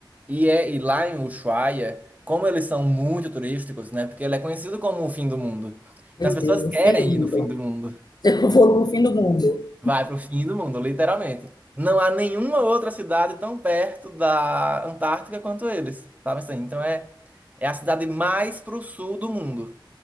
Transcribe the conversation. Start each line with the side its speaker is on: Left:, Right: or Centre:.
Right: E, é, e lá em Ushuaia, como eles são muito turísticos, né? Porque ele é conhecido como o fim do mundo. Então
Left: Meu
Right: as pessoas
Left: Deus, o
Right: querem
Left: fim do mundo.
Right: ir no fim do mundo.
Left: <laughs> Eu vou no fim do mundo.
Right: Vai pro fim do mundo, literalmente. Não há nenhuma outra cidade tão perto da Antártica quanto eles, sabe assim? Então é, é a cidade mais pro sul do mundo.